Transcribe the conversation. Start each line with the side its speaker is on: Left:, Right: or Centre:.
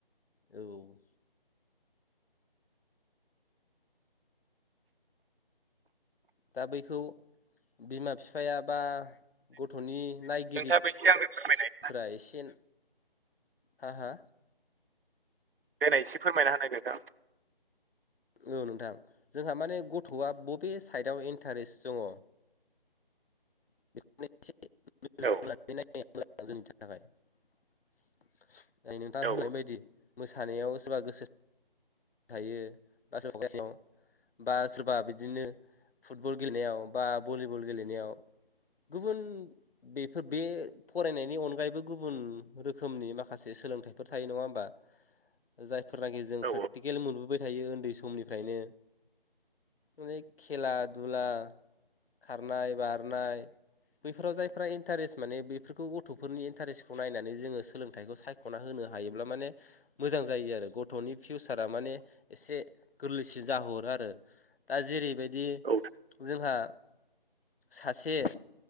Left: औ दा बैखौ बिमा बिफाया बा गथ'नि नायगिरिफोरा
Right: आरो नोंथाङाबो एसे आंनो फोरमायनाय
Left: एसे हा हा
Right: देनाय एसे फोरमायना होनाय नोंथां
Left: औ नोंथां जोंहा माने गथ'आ बबे साइडआव इन्टारेस्ट दङ <unintelligible> बेखोनो एसे नोजोर
Right: औ
Left: होनानै नायनाया मोजां जोंनि थाखाय नै नोंथां
Right: औ
Left: होनलांनाय बायदि मोसानायाव सोरबा गोसो थायो बा <unintelligible> बा सोरबा बिदिनो फुटबल गेलेनायाव बा भलिबल गेलेनायाव गुबुन बेफोर बे फरायनायनि अनगायैबो गुबुन रोखोमनि माखासे सोलोंथाइफोर थायो नङा होमबा।
Right: <inaudible>
Left: जायफोरनाखि जों
Right: औ
Left: प्रेकटिकेल मोनबोबाय थायो उन्दै समनिफ्रायनो माने खेला दुला खारनाय बारनाय बैफोराव जायफ्रा इन्टारेस्ट माने बेफोरखौ गथ'फोरनि इन्टारेस्टखौ नायनानै जोङो सोलोंथाइखौ सायख सायख'ना होनो हायोब्ला माने मोजां जायो आरो गथ'नि फिउसारा माने एसे गोरलैसिन जाहोरो आरो दा जेरैबायदि बिदि
Right: औ
Left: जोंहा सासे